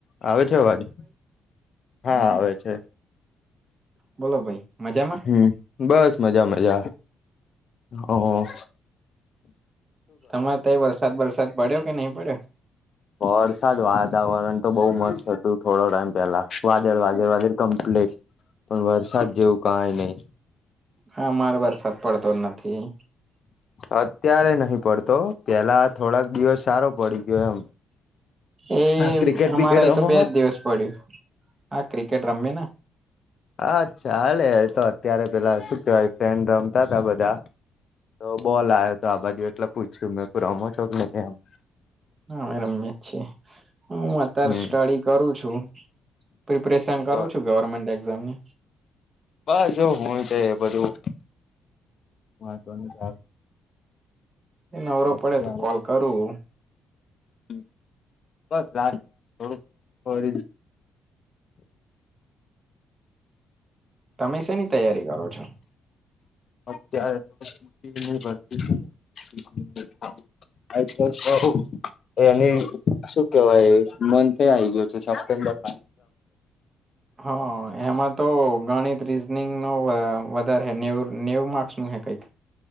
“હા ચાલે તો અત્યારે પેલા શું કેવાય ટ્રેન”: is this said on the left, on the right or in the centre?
Left